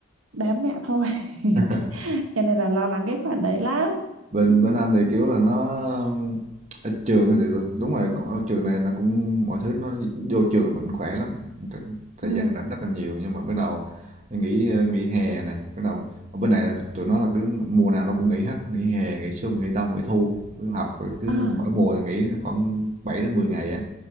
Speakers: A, on the right (about 80°); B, on the right (about 35°).
A: bám mẹ thôi
B: Ờ.
A: <laughs> cho nên là lo lắng cái khoản đấy lắm
B: bên bên anh thì kiểu là nó ở trường thì đúng rồi còn ở trường này nó cũng mọi thứ nó vô trường là mình khỏe lắm thời
A: ừ
B: gian làm rất là nhiều nhưng mà bắt đầu nghỉ nghỉ hè này bắt đầu ở bên này tụi nó là cứ mùa nào nó cũng nghỉ hết nghỉ hè nghỉ xuân nghỉ đông nghỉ thu cứ học rồi cứ
A: à
B: mỗi mùa là nghỉ khoảng 7 đến 10 ngày á